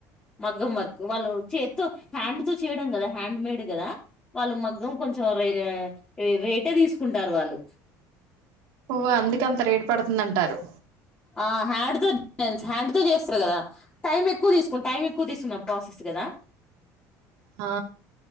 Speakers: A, on the left (about 20°); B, on the right (about 80°).
A: మగ్గం వర్క్ వాళ్ళు చేత్తో హ్యాండ్ తో చేయడం కదా, హ్యాండ్ మేడ్ కదా వాళ్ళు మగ్గం కొంచెం రే ఆ రేటే తీసుకుంటారు వాళ్ళు.
B: వ అందుకే అంత రేటు పడుతుందంటారు.
A: ఆ హ్యాండ్ తో హ్యాండ్ తో చేస్తరు కదా, టైం ఎక్కువ తీసుకుం టైం ఎక్కువ తీసుకున్న ప్రాసెస్ కదా.
B: ఆ